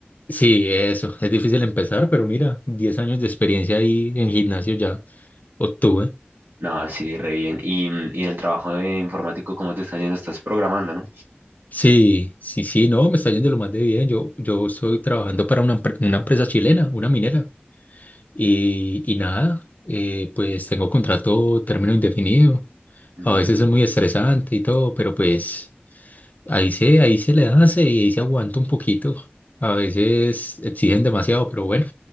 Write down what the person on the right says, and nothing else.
No, sí, re bien. Y, mm, y del trabajo de informático, ¿cómo te está yendo? Estás programando, ¿no?
Mm.